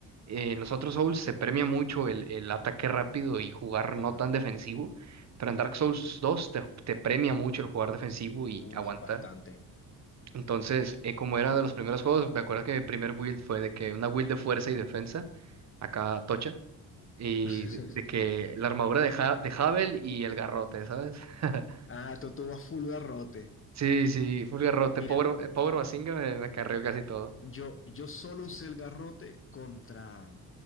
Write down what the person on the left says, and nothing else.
Ajá.
Uf,
bastante.
Ajá.
<laughs>
Ah, tú, tú vas full garrote.
Mira,
yo, yo solo usé el garrote contra...